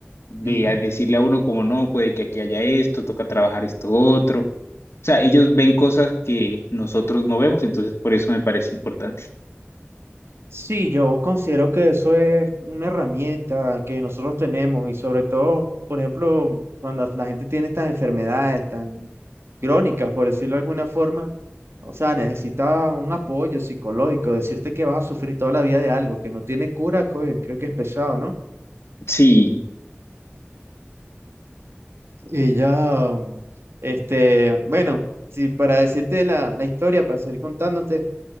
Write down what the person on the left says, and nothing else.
de
a decirle a uno como no, puede que aquí haya esto, toca trabajar esto otro. O sea, ellos ven cosas que nosotros no vemos, entonces por eso me parece importante.
Sí,